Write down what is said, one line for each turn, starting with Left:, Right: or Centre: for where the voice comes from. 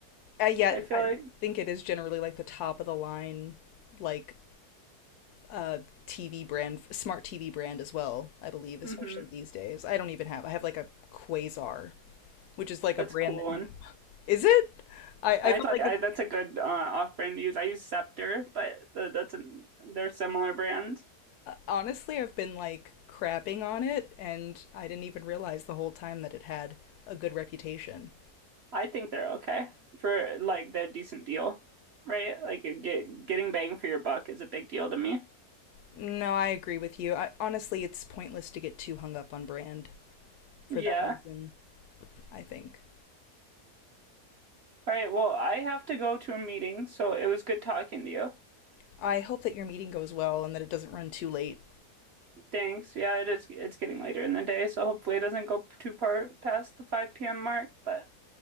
Left: Uh, yeah,
Right: I feel
Left: I
Right: like.
Left: think it is generally like the top of the line like uh TV brand smart TV brand as well, I believe, especially
Right: Mm-hmm.
Left: these days. I don't even have. I have like a Quasar, which is like
Right: That's
Left: a brand
Right: a cool
Left: that
Right: one.
Left: is it? I I
Right: I
Left: felt
Right: like
Left: like
Right: I,
Left: it
Right: that's a good uh, off-brand to use. I use Scepter, but th- that's an they're similar brands.
Left: Honestly, I've been like crapping on it, and I didn't even realize the whole time that it had a good reputation.
Right: I think they're okay for like they're a decent deal, right? Like you get getting bang for your buck is a big deal to me.
Left: No, I agree with you. I, honestly, it's pointless to get too hung up on brand for
Right: Yeah.
Left: that reason, I think.
Right: All right. Well, I have to go to a meeting, so it was good talking to you.
Left: I hope that your meeting goes well and that it doesn't run too late.
Right: Thanks. Yeah, it is. It's getting later in the day, so hopefully it doesn't go too far past the 5 p.m. mark. But